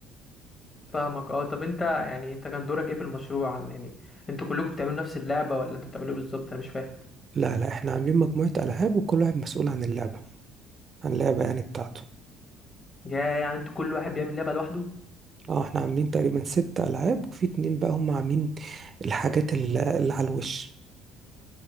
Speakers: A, on the left; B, on the right.
A: فاهمك اه طب انت يعني انت كان دورك ايه في المشروع عن- يعني انتوا كلكم بتعملوا نفس اللعبة ولا انتوا بتعملوا ايه بالظبط انا مش فاهم
B: لا لا احنا عاملين مجموعة ألعاب وكل واحد مسؤول عن اللعبة عن اللعبة يعني بتاعته
A: يا يعني انتوا كل واحد بيعمل لعبة لوحده
B: اه احنا عاملين تقريبا ست ألعاب وفي اتنين بقى هم عاملين الحاجات ال- اللي على الوش